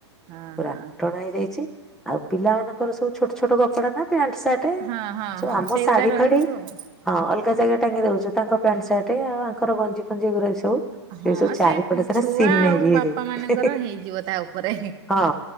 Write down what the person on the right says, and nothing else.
ହଁ
ହଁ
ହଁ ହଁ ହଁ
ସେଇଗୁରା
ରହିଯିବ
ଆଉ।
ହଁ
ଛୁଆ
ଆଉ
ବାପା ମାନଙ୍କର
ହେଇଯିବ ତା ଉପରେ।